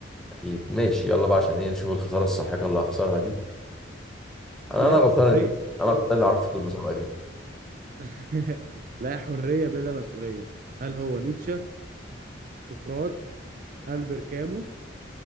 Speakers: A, in the centre; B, on the right.
A: اكيد ماشي يلا بقى عشان ايه نشوف الخساره الساحقه اللي هخسرها دي انا
B: لا
A: انا غلطان انت
B: حرية
A: انا غلطان اني عرفتك المسابقه دي
B: <laughs> لا حرية بلا مسؤولية هل هو نيتشه سقراط ألبر كامو